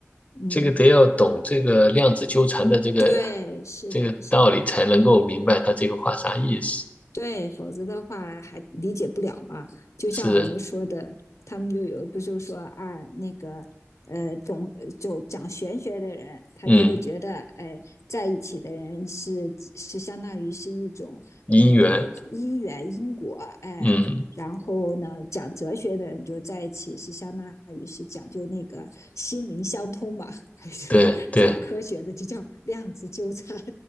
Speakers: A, on the left; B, on the left.
A: 嗯，
B: 这个得要懂这个量子纠缠的这个
A: 对，是的，
B: 这个道理，
A: 是的
B: 才能够明白他这个话啥意思。
A: 对，否则的话还理解不了嘛。就像我们说的，
B: 是，
A: 他们就有不就说啊，那个呃，总就讲玄学的人，他就会觉得，
B: 嗯，
A: 哎，在一起的人是是相当于是一种那个因缘因果，
B: 因缘，
A: 哎。
B: 嗯，
A: 然后呢，讲哲学的人就在一起是相当于是讲究那个心灵相通嘛，<laughs> 还是讲科学的就叫量子纠缠？
B: 对对，